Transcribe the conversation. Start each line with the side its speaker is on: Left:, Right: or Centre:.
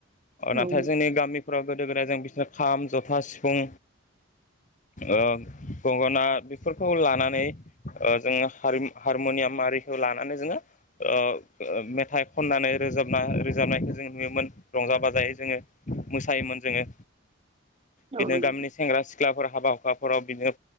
Left: नाथाय
Right: औ
Left: जोंनि गामिफोराव गोदाय जों बिसोर खाम जथा सिफुं ओ गंगना बेफोरखौ लानानै ओ जोङो हारमनियाम आरिखौ लानानै जोङो ओ मेथाइ खननानै रोजाबना रोजाबनायखौ जों नुयोमोन रंजा बाजायै जोङो मोसायोमोन जोङो। बिदिनो
Right: औ नोंथां
Left: गामिनि सेंग्रा सिख्लाफोर हाबा हुखाफोराव बिदिनो